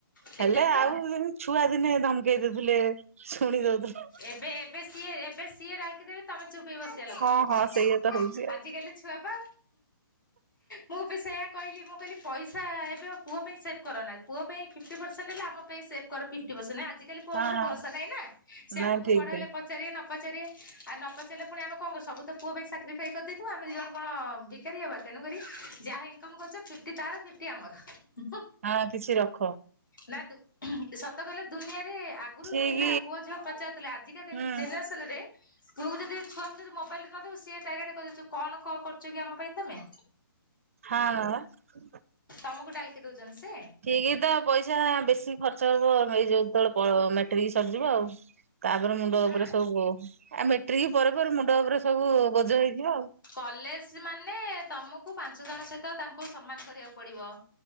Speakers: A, on the left; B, on the right.
A: ସେଇଟା
B: ହେଲେ
A: ତ
B: ଆଉ ଯେ ଛୁଆ ଦିନେ ଧମକେଇ ଦଉଥିଲେ ଶୁଣି ଦଉଥି
A: ଏବେ ଏବେ ସିଏ ଏବେ ସିଏ ଡାଲିକି ଦେବେ ତମେ ଚୁପି ବ ବସିବା ଲୋକ
B: ହଁ ହଁ ସେଇଆ ତ ହଉଛି ଆଉ
A: ଆଜ କାଲି ଛୁଆ ପା। ମୁଁ ବି ସେୟା କହିଲି ମୁଁ କହିଲି ପଇସା ଏବେ ଆ ପୁଅ ପାଇଁ ସେଭ୍ କର ନା ପୁଅ ପାଇଁ ଫିଟି ପରସଣ୍ଟ ହେଲା ଆମ ପାଇଁ କର ଫିଟି ପରସଣ୍ଟ ଆଜି। ଆଜି କାଲି ପୁଅ
B: ହଁ
A: ଉପରେ
B: ହଁ
A: ଭରସା ନାହିଁ ନା ସେ
B: ନା
A: ଆମକୁ
B: ଠିକ
A: ବଡ
B: ଠିକ
A: ହେଲେ ପ ପଚାରିବେ ନ ପଚାରିବେ ଆଉ ନ ପଚାରିଲେ ପୁଣି ଆମେ କଣ କରୁ ସବୁ ତ ପୁଅ ପାଇଁ ସାକ୍ରିଫାଇସ୍ କରିଦେଇଥବୁ ଆମେ ଦି ଜଣ କଣ ବିକାରୀ ହବା। ତେଣୁକରି ଯାହା ଇନକମ କରୁଚ ଫିପ୍ଟି ତାର ଫିପ୍ଟି ଆମର।
B: ଆ କିଛି ରଖ।
A: ନା ଦୁ ସତ କହିଲ ଦୁନିଆରେ ଆ ଆଗରୁ
B: ଠିକ
A: ଥିଲା ପୁଅ ଝିଅ ପଚାରୁଥିଲା ଆଜିକା ଜେ
B: ହୁଁ
A: ଜେନେରେସନ ରେ। ତୁ ଯଦି ଛୁଆଙ୍କୁ ଯଦି ମୋବାଇଲି ଟେ ନଦବୁ ସିଏ ଡାଇରେକ୍ଟ କହିଦଉଚି କଣ କରୁ ଚକି ଆମ ପାଇଁ ତମେ।
B: ହଁ ପା।
A: ତମକୁ ଡାଲକି ଦଉଚନ୍ତି ସେ।
B: ଠିକ ତା ପଇସା ବେଶୀ ଖର୍ଚ୍ଚ ହବ ଏଇ ଯୋଉ ଯେତେବେଳେ ମେଟେରିକ ସରିଯିବ ଆଉ। ତାପରେ ମୁଣ୍ଡ ଉପରେ
A: ଆଁ
B: ସବୁ ଆ ମେଟ୍ରିକ ପରେ ପରେ ମୁଣ୍ଡ ଉପରେ ସବୁ ବୋଝ ହେଇଯିବ ଆଉ।
A: କଲେଜ ମାନେ ତମକୁ ପାଞ୍ଚ ଜଣ ସହିତ ତାଙ୍କୁ ସମ୍ମାନ କରିବାକୁ ପଡିବ।